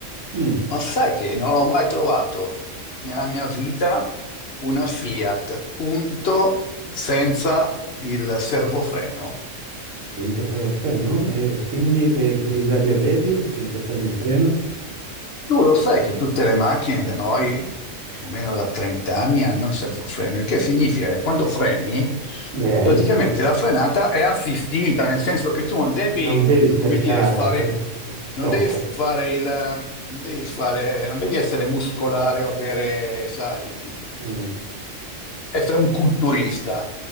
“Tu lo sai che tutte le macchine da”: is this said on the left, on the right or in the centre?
Left